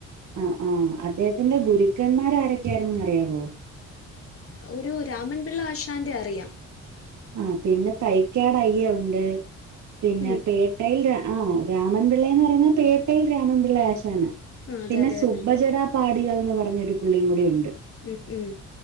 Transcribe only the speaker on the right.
ആ ആ അദ്ദേഹത്തിന്റെ ഗുരുക്കന്മാര ആരൊക്കെയായിരുന്നു അറിയാവോ?
ആ പിന്നെ തൈക്കാട് അയ്യ ഉണ്ട്. പിന്നെ
പേട്ടയിൽ ആ രാമൻപിള്ളന്ന് പറയണേ പേട്ടയിൽ രാമൻപിള്ള ആശാനാ
പിന്നെ
സുബജട
പാടികൾന്ന് പറഞ്ഞൊരു പുള്ളിയും കൂടി ഉണ്ട്.